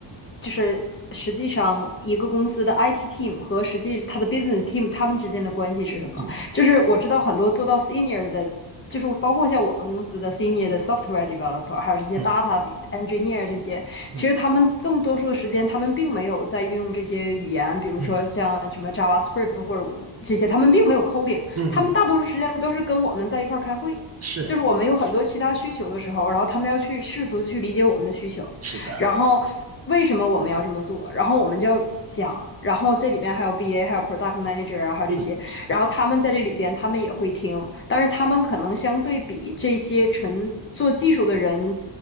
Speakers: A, on the left; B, on the right.
A: 就是实际上一个公司的 IT team 和实际它的 business team 他们之间的关系是什么？
B: 嗯
A: 就是我知道很多做到 senior 的，就是包括像我们公司的 senior 的 software developer，还有这些
B: 嗯
A: data de- engineer 这些，其实他们更多数的时间，
B: 嗯
A: 他们并没有在运用这些语言，比如说像什么
B: 嗯
A: JavaScript 或者我这些，他们并没有 coding，
B: 嗯嗯，
A: 他们大多数时间都是跟我们在一块儿开会。
B: 是
A: 就是我们有很多其他需求的时候，然后他们要去试图去理解我们的需求，
B: 是的，
A: 然后为什么我们要这么做，然后我们就要讲，然后这里边还有 BA，还有 Product Manager 啊，还有这些，
B: 嗯
A: 然后他们在这里边他们也会听，但是他们可能相对比这些纯做技术的人。